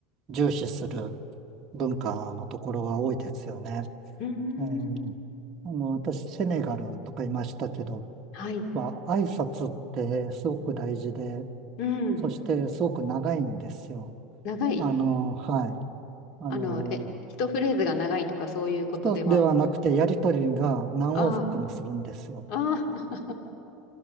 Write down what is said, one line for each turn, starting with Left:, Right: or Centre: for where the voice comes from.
Right: 重視する文化のところが多いですよね。
Left: うーん。
Right: えーあの、私、セネガルとかいましたけど、
Left: はい。
Right: まあ挨拶ってすごく大事で、
Left: うん。
Right: そしてすごく長いんですよ。
Left: 長い。
Right: あの、はい。あの、
Left: あの、え、一フレーズが長いとかそういうことでは。
Right: 一つではなくてやりとりが何往復もするんですよ。
Left: ああ、ああ。